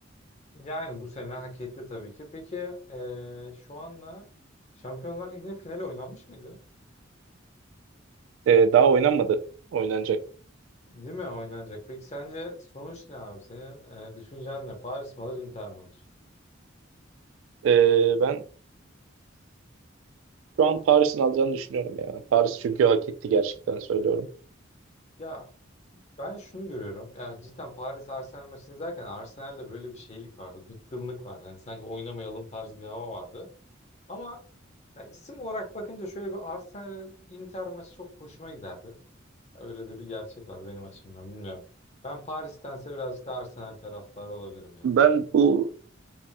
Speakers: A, on the left; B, on the right.
A: yani bu sene hak etti tabii ki. Peki ee, şu anla Şampiyonlar Ligi'nin finali oynanmış mıydı?
B: Ee, daha oynanmadı. Oynanacak.
A: Değil mi oynanacak? Peki sence sonuç ne abi? Senin ee, düşüncen ne? Paris mi alır, Inter mi alır?
B: Ee, ben şu an Paris'in alacağını düşünüyorum ya. Paris çünkü hak etti gerçekten söylüyorum.
A: Ya Ben şunu görüyorum. Yani cidden Paris Arsenal maçını izlerken Arsenal'de böyle bir şeylik vardı. Bıkkınlık vardı. Yani sanki oynamayalım tarzı bir hava vardı. Ama ya isim olarak bakınca şöyle bir Arsenal Inter maçı çok hoşuma giderdi. Öyle de bir gerçek var benim açımdan bilmiyorum. Ben Paris'tense birazcık da Arsenal taraftarı olabilirim ya.
B: Ben bu